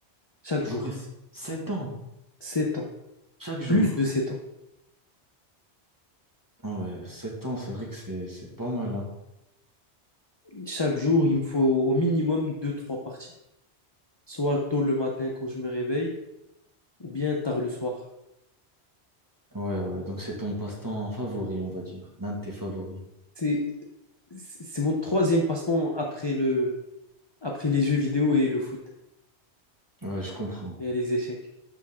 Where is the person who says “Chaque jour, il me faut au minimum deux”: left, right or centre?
Left